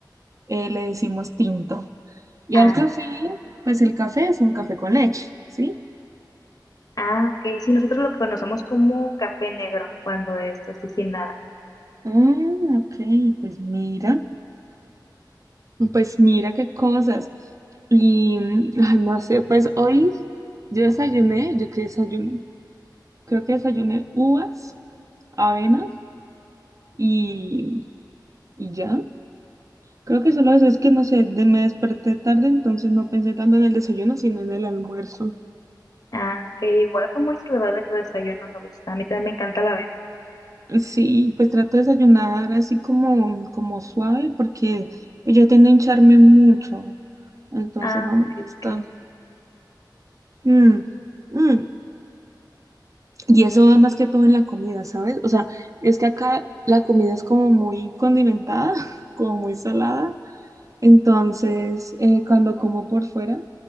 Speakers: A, on the right; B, on the left.
A: eh, le decimos tinto. Y
B: Ah,
A: al café,
B: sí.
A: pues el café es un café con leche, ¿sí?
B: Ah, ok. Sí, nosotros lo conocemos como café negro cuando es así sin nada.
A: Ah, ok, pues mira. Pues mira qué cosas. Y mm, ay, no sé, pues hoy yo desayuné, yo qué desayuné. Creo que desayuné uvas, avena y, y ya. Creo que solo eso es que no sé, de- me desperté tarde, entonces no pensé tanto en el desayuno, sino en el almuerzo.
B: Ah, ok. Igual fue muy saludable tu desayuno, me gusta. A mí también me encanta la avena.
A: Sí, pues trato de desayunar así como, como suave, porque yo tiendo a hincharme mucho, entonces
B: Ah,
A: no me
B: ok,
A: gusta.
B: ok.
A: Mm, mm. Y eso va más que todo en la comida, ¿sabes? O sea, es que acá la comida es como muy condimentada, <laughs> como muy salada. Entonces, eh, cuando como por fuera,